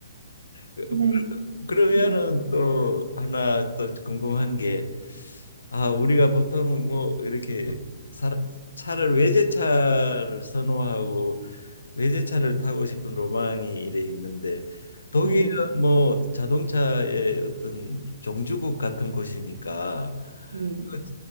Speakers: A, on the left; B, on the right.
A: 그-
B: 네.
A: 그러면은
B: 네.
A: 또 하나 또 궁금한 게, 아, 우리가 보통 뭐 이렇게 사, 차를 외제차를 선호하고 외제차를 타고 싶은 로망이 이래 있는데 독일은
B: 네.
A: 뭐 자동차의 어떤 종주국 같은 곳이니까
B: 네.
A: 그,